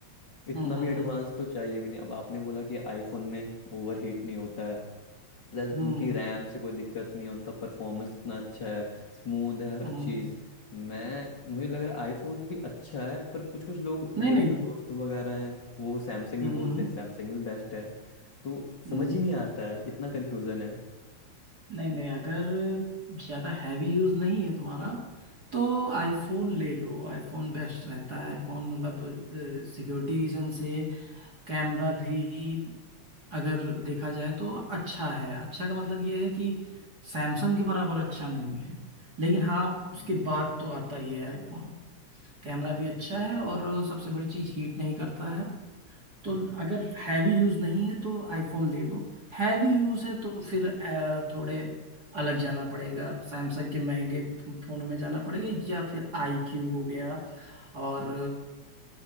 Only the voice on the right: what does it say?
हाँ हाँ
हाँ
हम्म
हम्म
नहीं
नहीं
हम्म
हम्म
हम्म,
नहीं नहीं अगर ज्यादा हैवी यूज नहीं है तुम्हारा तो आईफोन ले लो आईफोन बेस्ट रहता है आईफोन मतलब सिक्योरिटी रीजन से कैमरा भी अगर देखा जाए तो अच्छा है अच्छा का मतलब ये है कि सैमसंग के बराबर अच्छा नहीं है लेकिन हाँ उसके
बाद तो आता ही है आईफोन कैमरा भी
अच्छा है और सबसे बड़ी चीज हीट नहीं करता है तो
अगर हैवी यूज नहीं है तो आईफोन ले लो हैवी यूज है तो फिर अ, थोड़े अलग जाना पड़ेगा सैमसंग के महंगे फो- फोनों में जाना पड़ेगा या फिर
आई क्यू हो गया और